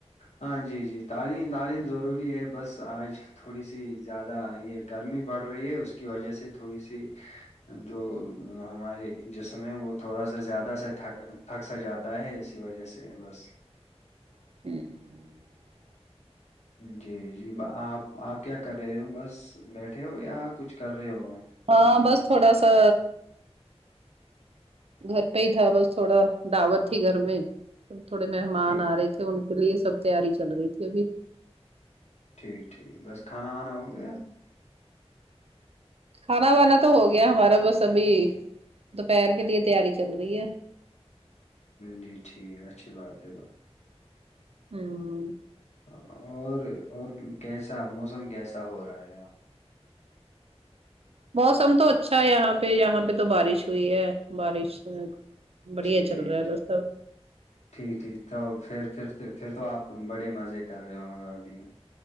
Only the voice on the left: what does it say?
ہاں جی جی تعلیم تعلیم ضروری ہے بس آج تھوڑی سی زیادہ یہ گرمی بڑ رہی ہے اس کی وجہ سے تھوڑی سی جو ہمارے جسم ہے وہ تھوڑا سا زیادہ سے تھک تھک سا جاتا ہے اسی وجہ سے بس
جی جی آپ آپ کیا کر رہے ہو بس بیٹھے ہو یا کچھ کر رہے ہو آپ
ٹھیک
ٹھیک ٹھیک بس کھانا وانا ہو گیا
جی ٹھیک اچھی بات ہے ب
ہاں اور اور کیسا موسم کیسا ہو رہا ہے
ٹھیک
ٹھیک
ٹھیک ٹھیک تو پھر پھر تو پھر تو آپ بڑے مزے کر رہے ہو ابھی